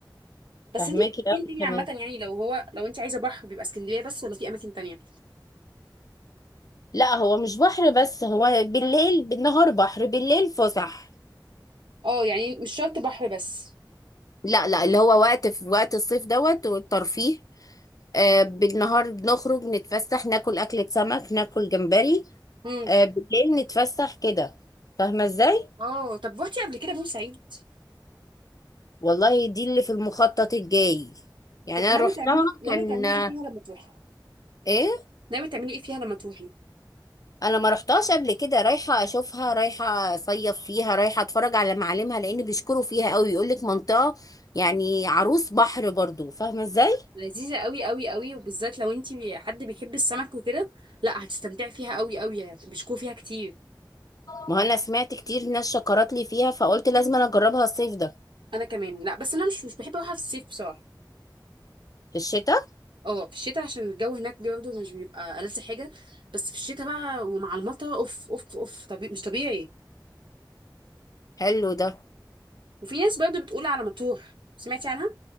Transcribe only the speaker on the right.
بس
انت
فين تاني
عامه يعني لو هو لو انت عايزه بحر بيبقى اسكندريه بس ولا في اماكن تانية
اه يعني مش شرط بحر بس
امم
اه طب روحتي قبل كده بورسعيد
طب
ناوي
تعملي ناوي
تعملي
ايه فيها لما تروحي
ناوي تعملي ايه فيها لما تروحي
لذيذه قوي قوي قوي وبالذات لو انت حد بيحب السمك وكده لا هتستمتعي فيها قوي قوي بيشكوا فيها كتير
انا كمان لا بس انا مش مش بحب اروحها في الصيف بصراحه
اه في الشتاء عشان الجو هناك برضه مش بيبقى ألذ حاجة بس في الشتاء بقى ومع المطر اوف اوف اوف طبيعي مش طبيعي
وفي ناس برضه بتقول على مطروح سمعتي عنها؟